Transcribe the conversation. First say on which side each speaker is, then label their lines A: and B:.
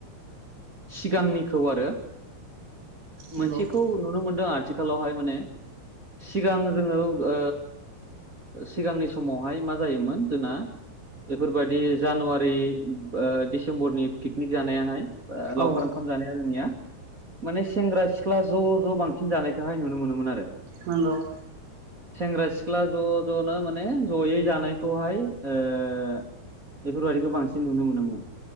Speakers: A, on the right; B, on the right.
A: सिगांनिखौ आरो
B: नंगौ
A: मोनसेखौ नुनो मोनदों आथिखालावहाय माने सिगां जोङो सिगांनि समावहाय मा जायोमोन जोंना बेफोरबायदि जानुवारि दिसेम्बरनि पिकनिक जानायाहाय लावखार
B: औ
A: ओंखाम जानाय जोंनिया माने सेंग्रा सिख्ला ज' ज' बांसिन जानायखौहाय नुनो मोनोमोन आरो
B: नगौ
A: सेंग्रा सिख्ला ज' ज'नो माने जयै जानायखौहाय बेफोरबायदिखौ बांसिन नुनो मोनोमोन